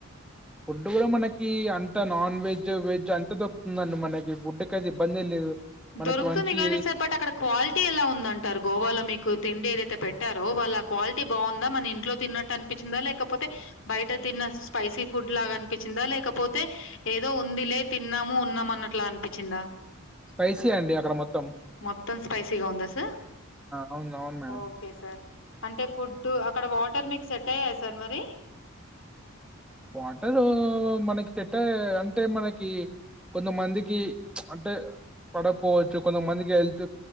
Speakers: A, in the centre; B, on the left (about 60°).
A: ఫుడ్డు గుడా మనకీ అంత నాన్ వెజ్ వెజ్ అంత దొర్క్తుందండి మనకి ఫుడ్ కైతే ఇబ్బందే లేదు మనకి
B: దొరుక్తుంది
A: మంచి
B: గనీ సర్ బట్ అక్కడ క్వాల్టీ ఎలా ఉందంటారు గోవాలో మీకు తిండి ఏదైతే పెట్టారో వ ల క్వాల్టీ బాగుంద మన ఇంట్లో తిన్నట్టు అనిపించిందా లేకపోతే బయట తిన్న స్పైసీ ఫుడ్ లాగా అనిపిచిందా లేకపోతే ఏదో ఉంది లే తిన్నాము ఉన్నాము అన్నట్లా అనిపించిందా
A: స్పైసీ అండి అక్కడ మోత్తం
B: మోత్తం స్పైసీగ ఉందా సర్
A: అవును. అవును మేడం.
B: ఓకె సర్ అంటె ఫుడ్డు అక్కడ వాటర్ మీక్ సెట్టైయ్యాయ సర్ మరి
A: వాటరూ మనకి పెద్దా అంటే మనకి కొంతమందికి అంటే పడపోవచ్చు కొంతమందికి హెల్త్